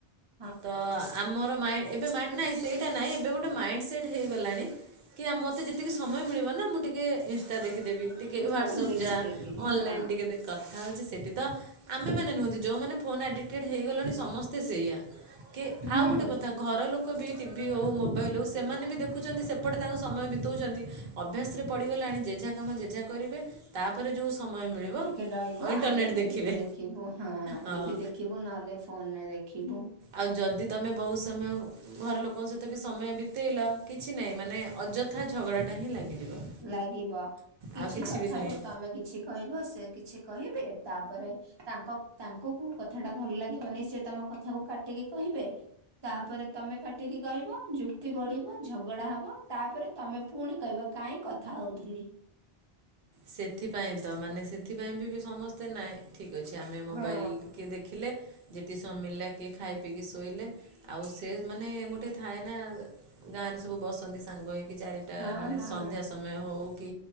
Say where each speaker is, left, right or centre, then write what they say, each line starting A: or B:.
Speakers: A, on the right; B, on the right.
A: ହ <unintelligible>
B: ତ ଆମର ମାଇଣ୍ଡ ଏବେ ନାଇଁ ସେଇଟା ନାଇଁ ଏବେ ଗୋଟେ ମାଇଣ୍ଡ ସେଟ୍ ହେଇଗଲାଣି। କି ମୋତେ ଯେତିକି ସମୟ ମିଳିବ ନା ମୁଁ ଟିକେ ଇନ୍ଷ୍ଟା ଦେଖିଦେବି। ଟିକେ ହ୍ୱାଟ୍ସଅପ୍
A: ଫୋନ ଦେଖିଦେବି
B: ଯା ଅନଲାଇନ୍
A: ହଁ
B: ଟିକେ କଥା ହେଉଛି ସେଇଠି ତ। ଆମେ ମାନେ ନୁହନ୍ତି ଯୋଉମାନେ ଫୋନ ଆଡିକଟେଡ୍ ହେଇଗଲେଣି ସମସ୍ତେ ସେଇଆ କି
A: ହୁଁ।
B: ଆଉ ଗୋଟେ କଥା। ଘର ଲୋକ ବି ଟିଭି ହଉ ମୋବାଇଲ ହଉ ସେମାନେ ବି ଦେଖୁଛନ୍ତି ସେପଟେ ତାଙ୍କ ସମୟ ବିତଉଛନ୍ତି। ଅଭ୍ୟାସରେ ପଡ଼ିଗଲାଣି ଯେଜା କାମ ଯେଜା କରିବେ ତାପରେ ଯେଉଁ ସମୟ ମିଳିବ।
A: ଟିକେ ରହିବ
B: ଇଣ୍ଟରନେଟ୍
A: ଆମେ ଟିକେ
B: ଦେଖିବେ
A: ଟିଭି ଦେଖିବୁ ହଁ
B: ହଁ
A: ଟିଭିି ଦେଖିବୁ ନହେଲେ ଫୋନରେ ଦେଖିବୁ।
B: ଆଉ ଯଦି ତୁମେ ବହୁତ ସମୟ। ଘର ଲୋକଙ୍କ ସହିତ ବି ସମୟ ବିତେଇଲା କିଛି ନାହିଁ ମାନେ ଅଯଥା ଝଗଡ଼ାଟା ହିଁ ଲାଗିଯିବ।
A: ଲାଗିବ କିଛି
B: ଆଉ
A: କଥାରୁ
B: ବି ନାହିଁ
A: ତମେ କିଛି କହିବ ସେ କିଛି କହିବି ତାପରେ। ତାଙ୍କ ତାଙ୍କୁ କଉ କଥା ଟା ଭଲ ଲାଗିବନି ସେ ତମ କଥାକୁ କାଟିକି କହିବେ। ତାପରେ ତମେ କାଟିକି କହିବ ଯୁକ୍ତି ବଢିବ ଝଗଡା ହବ। ତାପରେ ତମେ ପୁଣି କହିବ କାହିଁ କଥା ହଉଥିଲି।
B: ସେଥିପାଇଁ ତ ମାନେ ସେଥିପାଇଁ ବି ବି ସମସ୍ତେ ନାଁଇ। ଠିକ୍ ଅଛି ଆମେ ମୋବାଇଲ
A: ହଁ।
B: ଟିକେ ଦେଖିଲେ। ଯେତିକି ସମୟ ମିଳିଲା କିଏ ଖାଇ ପିଇକି ଶୋଇଲେ ଆଉ ସେ ମାନେ ଗୋଟେ ଥାଏ ନା। ଗାଁ ରେ ସବୁ ବସନ୍ତି ସାଙ୍ଗ ହେଇକି ଚାରିଟା
A: ହଁ
B: ମାନେ
A: ହଁ
B: ସନ୍ଧ୍ୟା ସମୟ। ଆମେ ହଉ କି